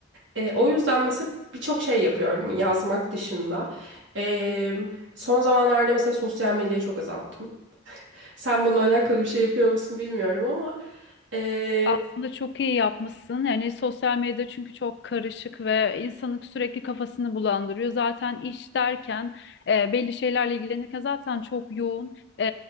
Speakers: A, on the right; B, on the left.
A: E, o yüzden mesela birçok şey yapıyorum yazmak dışında. E, son zamanlarda mesela sosyal medyayı çok azalttım. Sen bununla alakalı bir şey yapıyor musun bilmiyorum ama e,
B: Aslında çok iyi yapmışsın. Yani sosyal medya çünkü çok karışık ve insanın sürekli kafasını bulandırıyor. Zaten iş derken e, belli şeylerle ilgilenirken zaten çok yoğun. E,